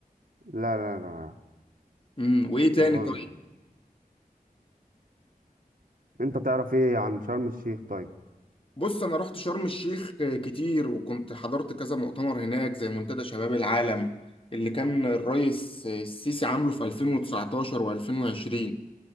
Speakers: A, on the right; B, on the left.
A: لا لا لا لا.
B: امم وايه تاني
A: ما اظن
B: طيب
A: انت تعرف ايه عن شرم الشيخ طيب
B: بص انا رحت شرم الشيخ كتير وكنت حضرت كذا مؤتمر هناك زي منتدى شباب العالم اللي كان الرئيس السيسي عامله في 2019 و2020